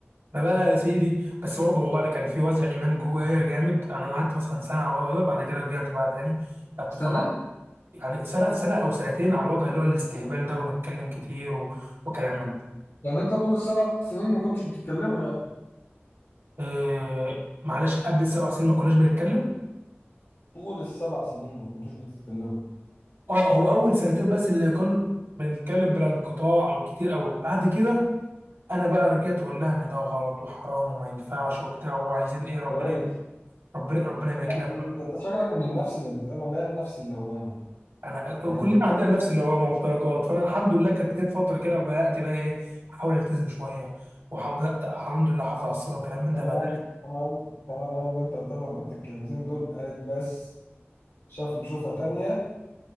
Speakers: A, on the right (about 65°); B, on the left (about 75°).
A: ما بقى يا سيدي بس برضه والله انا كان في وزع ايمان جوايا جامد انا انا قعدت مثلا سنه على الوضع ده بعد كده رجعت بقى تاني قعدت
B: سنة
A: فمع يعني سنه سنه او سنتين على الوضع اللي هو الاستهبال ده ونتكلم كتير و... وكلام من ده.
B: يعني انت طول السبع سنين ما كنتش بتتكلموا يعني
A: إيه... معلش قبل السبع سنين ما كناش بنتكلم
B: طول السبع سنين ما كنتوش بتتكلموا
A: اه هو اول سنتين بس اللي كان بنتكلم بلا انقطاع او كتير قوي بعد كده انا بقى رجعت اقول لها ان ده غلط وحرام وما ينفعش وبتاع وعايزين ايه ربنا
B: كويس
A: ربنا ربنا يبارك
B: لا
A: لنا
B: إن
A: بقى.
B: انت انت شكلك من النفس اللي بتقال عليها النفس اللوامة
A: انا
B: اللي
A: كلنا
B: هي
A: عندنا نفس اللي هو مفترجات فانا الحمد لله كانت جت فتره كده بدات بقى ايه احاول التزم شويه وبدات الحمد لله احافظ على الصلاه وكلام من ده
B: طبعا
A: بقى
B: طبعا طبعا اول ما انت طبعا قلت الكلمتين دول قالت بس شاف لي شوفها تانية